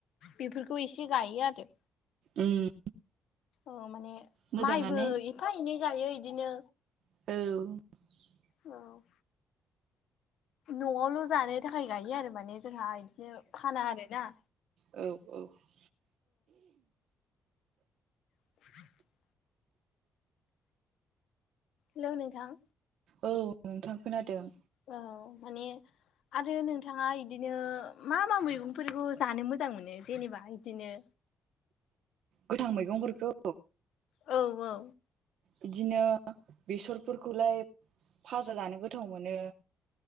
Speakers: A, on the left; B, on the right.
A: बेफोरखौ एसे गायो आरो।
B: उम
A: औ माने
B: मोजाङानो
A: माइबो एफा एनै गायो इदिनो
B: औ
A: औ न'आवल' जानो थाखाय गायो आरो माने जोंहा इदि नो फाना आरो ना
B: औ
A: <inaudible> हेलौ नोंथां
B: औ नोंथां खोनादों
A: औ माने आरो नोंथाङा इदिनो मा मा मैगंफोरखौ जानो मोजां मोनो जेनेबा इदिनो
B: गोथां मैगंफोरखौ
A: औ औ
B: बिदिनो बेसरफोरखौलाय भाजा जानो गोथाव मोनो